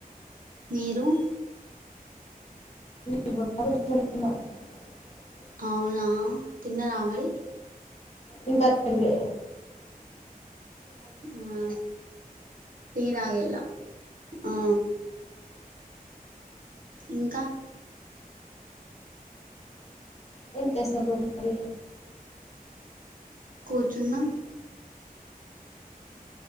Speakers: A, on the right (about 60°); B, on the left (about 45°).
A: మీరు
B: <unintelligible>
A: అవునా తిన్న రామరి
B: ఇంకా తిన లే
A: ఆ తీవలా ఆ ఇంకా
B: ఏంచేస్తాండ్రు మరి
A: కూర్చున్నా